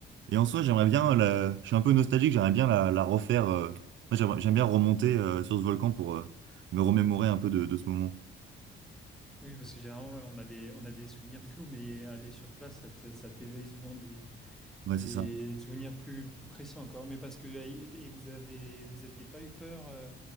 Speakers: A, on the right; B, in the centre.
A: Et en soi, j'aimerais bien la... Je suis un peu nostalgique, j'aimerais bien la, la refaire. euh, Moi, j'aimerais- j'aime bien remonter euh, sur ce volcan pour euh, me remémorer un peu de, de ce moment.
B: Oui, parce que généralement, ouais, on a des, on a des souvenirs flous, mais aller sur place, ça te- ça t'éveille souvent des,
A: Ouais,
B: Des
A: c'est ça.
B: souvenirs plus, plus précis encore, mais parce que et vous avez vous aviez pas eu peur euh,